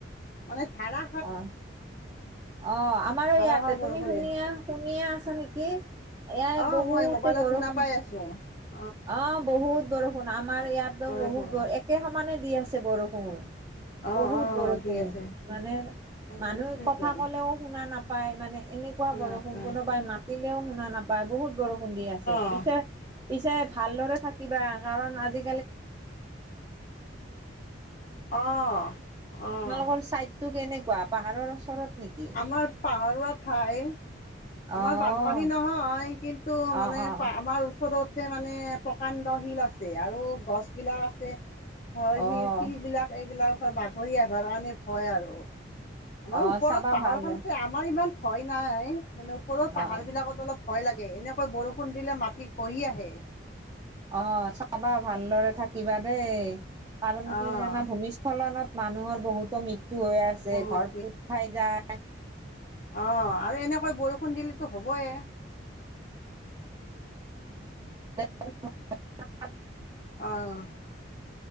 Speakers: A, on the left (about 40°); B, on the right (about 20°).
A: মানে ধাৰা
B: অ, অঁ, আমাৰো
A: ধাৰাসাৰ
B: ইয়াতে
A: বৰষুণ
B: তুমি শুনিয়া
A: দি আছে
B: শুনিয়ে আছা নেকি, এয়া
A: অ
B: বহুতে
A: মই মোবাইলত
B: বৰষুণ
A: শুনা পাই অ।
B: অঁ, বহুত বৰষুণ আমাৰ ইয়াতো
A: বৰষুণ
B: বহুত একে সমানে দি আছে বৰষুণ।
A: অ
B: বহুত
A: অ
B: বৰষুণ
A: দি আছে
B: মানে
A: অ
B: মানুহে
A: কি
B: কথা
A: কম
B: ক'লেও শুনা নাপায় মানে এনেকুৱা
A: শুনা
B: বৰষুণ
A: নাপায়
B: কোনোবাই মাতিলেও শুনা নাপ বা বহুত বৰষুণ দি আছে,
A: অ
B: পিছে-পিছে ভালদৰে থাকিবা কাৰণ আজি
A: অ', অ',
B: তোমালোকৰ টো কেনেকুৱা পাহাৰৰ ওচৰত নেকি?
A: আমাৰ পাহাৰুৱা ঠাই
B: অ',
A: আমাৰ বানপানী নহয় কিন্তু মানে
B: অ', অ',
A: পা আমাৰ ওচৰত মানে প্ৰকাণ্ড শিল আছে আৰু গছবিলাক আছে ধৰ সি
B: অ',
A: শিলবিলাক এইবিলাক বাগৰি আহৰ কাৰণে ভয় আৰু। আমাৰ
B: অ',
A: ওপৰত
B: চাবা
A: পাহাৰখন
B: ভাল
A: আছে, আমাৰ ইমান ভয় নাই, মানে ওপৰত পাহাৰবিলাকত
B: অ',
A: অলপ ভয় লাগে এনেকৈ বৰষুণ দিলে মাটি খহি আহে।
B: অঁ, চাবা ভালদৰে থাকিবা দেই কাৰণ
A: অ',
B: কি জানা ভূমি খলনত মানুহৰ বহুতো মৃত্যু হৈ আছে
A: বহুত
B: ঘৰ পুত খাই যায়।
A: অঁ, আৰু এনেকৈ বৰষুণ দিল হ'বয়ে
B: <inaudible>
A: অঁ।